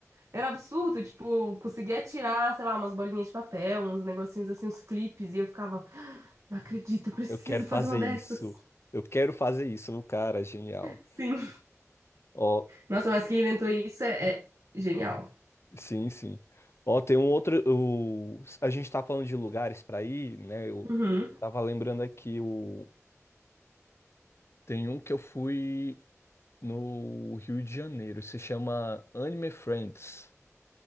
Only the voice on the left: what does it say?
Eu quero fazer
isso. Eu quero fazer isso. O Cara, genial.
Ó,
sim, sim. Ó, tem um outro. O... A gente tá falando de lugares pra ir, né? Eu
tava lembrando aqui o. Tem um que eu fui no Rio de Janeiro, se chama Anime Friends.